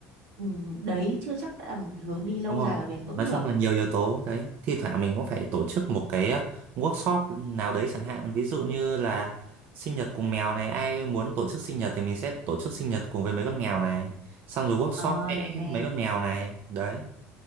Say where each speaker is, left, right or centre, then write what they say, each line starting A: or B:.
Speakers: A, on the right (about 80°); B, on the right (about 50°).
A: ừ, đấy chưa chắc đã là một cái hướng đi lâu
B: đúng rồi
A: dài và bền vững
B: nói chung
A: được.
B: là nhiều yếu tố đấy thi thoảng mình cũng phải tổ chức một cái ờ, workshop nào đấy chẳng hạn ví dụ như là sinh nhật cùng mèo này ai muốn tổ chức sinh nhật thì mình sẽ tổ chức sinh nhật cùng với mấy con mèo này xong rồi workshop
A: Ờ
B: vẽ
A: được nè.
B: mấy con mèo này đấy